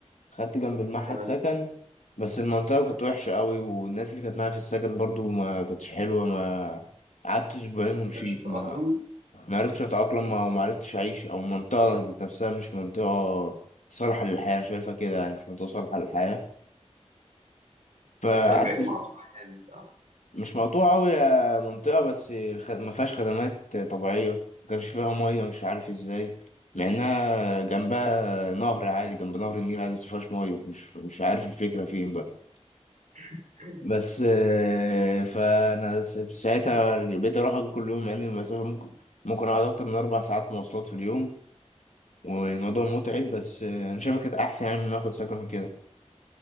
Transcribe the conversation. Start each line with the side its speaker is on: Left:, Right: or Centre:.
Left: خدت جنب المعهد
Right: تمام
Left: سكن بس المنطقة كانت وحشة قوي والناس اللي كانت معايا في السكن برضو ما كانتش حلوة ما قعدت أسبوعين ومشيت
Right: معرفش تتأقلم
Left: ما ما عرفتش أتأقلم أو ما- وما عرفتش أعيش أو المنطقة ذات نفسها مش منطقة صالحة للحياة أنا شايفها كده يعني مش منطقة صالحة للحياة فقعدت
Right: حتة ب-
Left: أس-
Right: مقطوعة يعني صح
Left: مش مقطوعة أوي يا منطقة بس خ- ما فيهاش خدمات طبيعية ما كانش فيها مية مش عارف إزاي مع إنها جنبها نهر عادي جنب نهر النيل عادي بس ما فيهاش مية مش مش عارف الفكرة فين بقى
Right: <laughs>
Left: بس آه، فانا س- ساعتها بقيت اروح أجي كل يوم مع ان المسافه ممكن ممكن اقعد اكتر من اربع ساعات مواصلات في اليوم والموضوع متعب بس آه، انا شايفها كانت احسن يعني من ناخد سكن كده